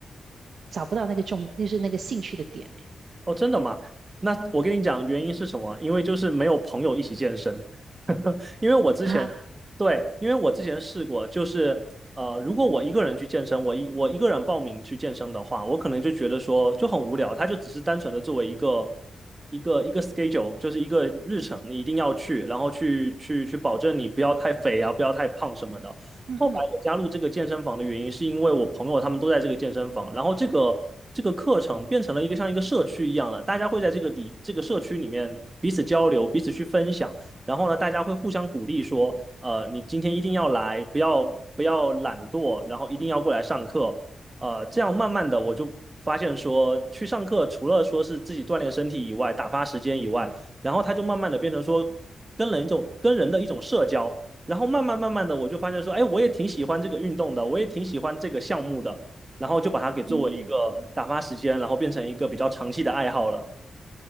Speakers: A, on the right; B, on the right.
A: 找不到那个重，就是那个兴趣的点诶
B: 哦，真的吗？那我跟你讲，原因是什么？因为就是没有朋友一起健身。<laughs> 因为我之前，
A: 啊，
B: 对，因为我之前试过，就是呃，如果我一个人去健身，我一我一个人报名去健身的话，我可能就觉得说就很无聊，它就只是单纯的作为一个一个一个 schedule，就是一个日程，你一定要去，然后去去去保证你不要太肥啊，不要太胖什么的。
A: 嗯嗯
B: 后来我加入这个健身房的原因，是因为我朋友他们都在这个健身房，然后这个这个课程变成了一个像一个社区一样的，大家会在这个里这个社区里面彼此交流，彼此去分享，然后呢，大家会互相鼓励说，呃，你今天一定要来，不要不要懒惰，然后一定要过来上课，呃，这样慢慢的我就发现说，去上课除了说是自己锻炼身体以外，打发时间以外，然后它就慢慢的变成说跟人一种跟人的一种社交。然后慢慢慢慢的，我就发现说，哎，我也挺喜欢这个运动的，我也挺喜欢这个项目的，然后就把它给作为一个打发时间，
A: 嗯。
B: 然后变成一个比较长期的爱好了。